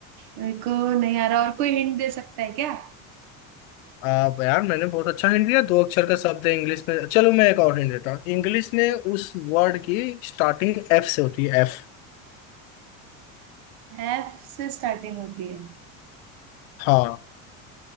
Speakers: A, on the right (about 70°); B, on the left (about 80°).
A: मेरे को नहीं आ रहा और कोई हिंट दे सकता है क्या
B: आप यार मैंने बहुत अच्छा हिंट दिया दो अक्षर का शब्द है इंग्लिश में चलो मैं एक और हिंट देता हूँ इंग्लिश में उस वर्ड की स्टार्टिंग एफ से होती है एफ
A: एफ से स्टार्टिंग होती है
B: हाँ